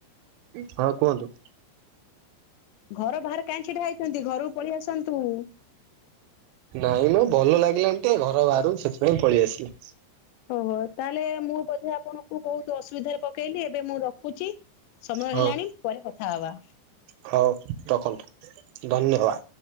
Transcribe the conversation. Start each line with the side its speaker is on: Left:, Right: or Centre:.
Right: ହଁ କୁହନ୍ତୁ।
Left: ଘର ବାହାରେ କାହିଁ ଛିଡା ହେଇଛନ୍ତି ଘରକୁ ପଳେଇ ଆସନ୍ତୁ।
Right: ନାଇଁ ନ ଭଲ ଲାଗିଲାନି ତ ଘର ବାହାରକୁ ସେଥିପାଇଁ ପଳେଇ ଆସିଲି।
Left: ଓହୋ! ତାହେଲେ ମୁଁ ବୋଧେ ଆପଣଙ୍କୁ ବହୁତ ଅସୁବିଧାରେ ପକେଇଲି, ଏବେ ମୁଁ ରଖୁଛି ସମୟ
Right: ହଉ।
Left: ହେଲାଣି ପରେ କଥା ହବା।
Right: ହଉ ରଖନ୍ତୁ ଧନ୍ୟବାଦ।